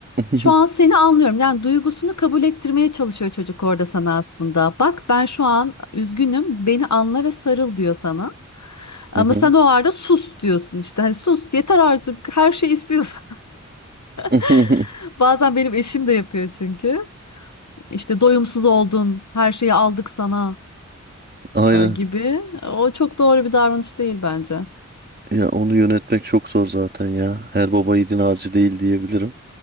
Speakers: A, on the right (about 35°); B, on the left (about 70°).
A: hı,
B: Şu an seni anlıyorum. Yani duygusunu kabul ettirmeye çalışıyor çocuk orada sana aslında. Bak ben şu an üzgünüm, beni anla ve sarıl diyor sana. Ama
A: hı hı,
B: sen o arada sus diyorsun işte. Hani sus yeter artık her şey istiyorsun.
A: hı hı.
B: <laughs> Bazen benim eşim de yapıyor çünkü. İşte doyumsuz oldun, her şeyi aldık sana
A: Aynen.
B: e, gibi. O çok doğru bir davranış değil bence.
A: Ya onu yönetmek çok zor zaten ya. Her baba yiğidin harcı değil diyebilirim.